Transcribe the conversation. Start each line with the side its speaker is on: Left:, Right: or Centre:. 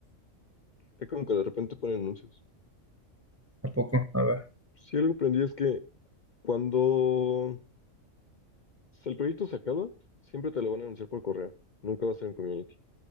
Left: Es como que de repente ponen anuncios.
Right: Tampoco, a ver.
Left: Si algo aprendí es que cuando si el proyecto se acaba, siempre te lo van a anunciar por correo. Nunca va a ser en community.